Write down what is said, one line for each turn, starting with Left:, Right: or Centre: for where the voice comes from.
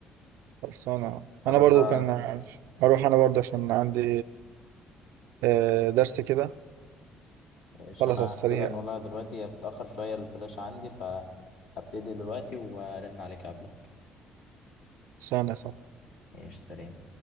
Right: خلصانه
Left: خلاص
Right: انا برضو
Left: آه،
Right: كان عارف هروح انا برضو عشان عندي آه، درس كده
Left: مش
Right: خلاص
Left: انا
Right: على السريع
Left: هبتدي نقولها دلوقتي هي بتأخر شوية الفلاشة عندي فهبتدي دلوقتي وارن عليك قبلك
Right: خلصانه يا صاحبي
Left: ايش سلام